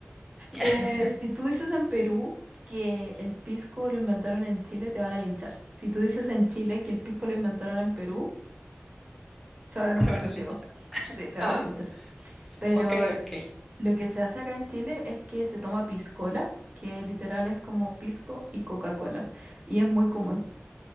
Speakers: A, in the centre; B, on the right.
A: <laughs>
B: Eh, si tú dices en Perú que el pisco lo inventaron en Chile, te van a linchar. Si tú dices en Chile que el pisco lo inventaron en Perú, se
A: <laughs>
B: van a enojar
A: Te van
B: contigo.
A: a linchar.
B: Sí, te
A: Ah,
B: van a linchar. Pero
A: ok, ok.
B: lo que se hace acá en Chile es que se toma piscola, que literal es como pisco y Coca-Cola. Y es muy común.